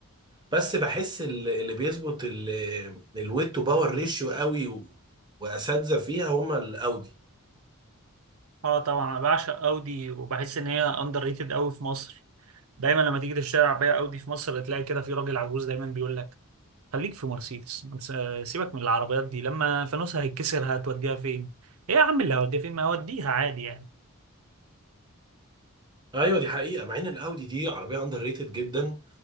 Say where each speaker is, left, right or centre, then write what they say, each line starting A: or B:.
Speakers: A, on the right; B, on the right.
A: بس بحس ال- اللي بيظبط الويت تو باور ريشيو قوي و- واساتذه فيها هما الاودي
B: اه طبعا انا بعشق اودي وبحس ان هي اندر ريتد قوي في مصر دايما لما تيجي تشتري عربيه اودي في مصر تلاقي كده في راجل عجوز دايما بيقول لك خليك في مرسيدس ما تس- آه، سيبك من العربيات دي لما فانوسها هيتكسر هتوديها فين ايه يا عم اللي هوديها فين ما هوديها عادي يعني
A: ايوه دي حقيقه مع ان الاودي دي عربيه اندر ريتد جدا